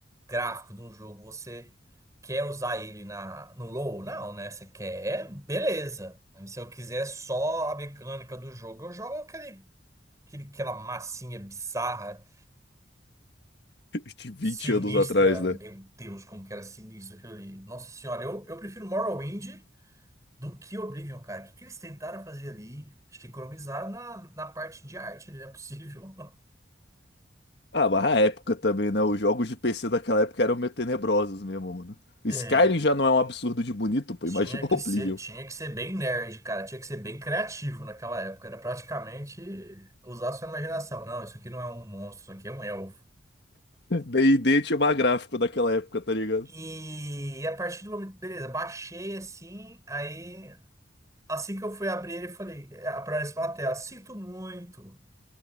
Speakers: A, on the right (about 15°); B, on the left (about 60°).
A: gráfico de um jogo, você quer usar ele na, no low Não, né? Você quer, beleza. Se eu quiser só a mecânica do jogo, eu jogo aquele, aquele, aquela massinha bizarra
B: <laughs> de vinte
A: Sinistra,
B: anos atrás, né?
A: meu Deus, como que era sinistro aquilo ali. Nossa senhora, eu, eu prefiro Morrowind do que Oblivion, cara. O que, que eles tentaram fazer ali? Acho que economizar na, na parte de arte ali, não é possível. <laughs>
B: Ah, mas a época também, né? Os jogos de PC daquela época eram meio tenebrosos mesmo, mano. Skyrim
A: É,
B: já não é um absurdo de bonito, pô.
A: tinha
B: Imagina o
A: que
B: Oblivion.
A: ser, tinha que ser bem nerd, cara. Tinha que ser bem criativo naquela época. Era praticamente usar a sua imaginação. Não, isso aqui não é um monstro, isso aqui é um elfo.
B: <laughs> D&D tinha mais gráfico daquela época, tá ligado?
A: E a partir do momento, beleza, baixei assim, aí assim que eu fui abrir ele, eu falei, é, aparece uma tela, sinto muito.